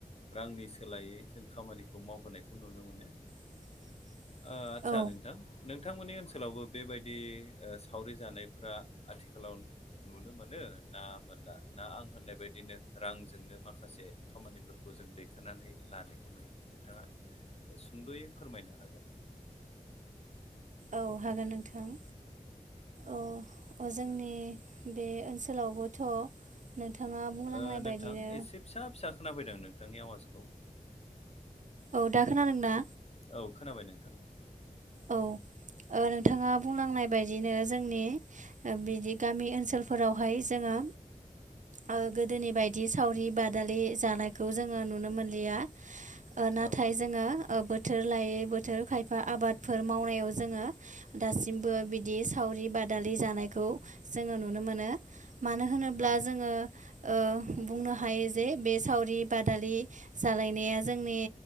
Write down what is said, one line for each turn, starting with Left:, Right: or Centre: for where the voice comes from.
Left: रांनि सोलायै जों खामानिखौ मावहोनायखौ नुनो मोनो
Right: <inaudible>
Left: ओ आदसा
Right: औ
Left: नोंथां नों नोथां मोननि ओनसोलावबो बेबायदि ओ सावरि जानायफोरा आथिखालाव नुनो मोनो ना मोनला ना आं होननाय बायदिनो रांजोंनो माखासे खामानिफोरखौ जों दैखोनानै लानायखौ नुयो नोंथाङा सुंद'यै फोरमायनो हागोन
Right: औ हागोन नोंथां औ अ जोंनि बे ओनसोलावबोथ' नोंथाङा बुंलांनाय
Left: ओ नोंथां
Right: बायदिनो
Left: एसे फिसा फिसा खोनाफैदों नोंथांनि आवाजखौ।
Right: औ दा खोनादोंना?
Left: औ खोनाबाय नोंथां
Right: औ ओ नोंथाङा बुंलांनाय बायदिनो जोंनि ओ बिदि गामि ओनसोलफोरावहाय जोङो ओ गोदोनि बायदि सावरि बादालि जानायखौ जोङो नुनो मोनलिया ओ नाथाय
Left: औ
Right: जोङो ओ बोथोर लायै बोथोर खायफा आबादफोर मावनायाव जोङो दासिमबो बिदि सावरि बादालि जानायखौ जोङो नुनो मोनो मानो हो होनोब्ला
Left: औ
Right: जोङो ओ बुंनो हायोजे बे सावरि बादालि जालायनाया जोंनि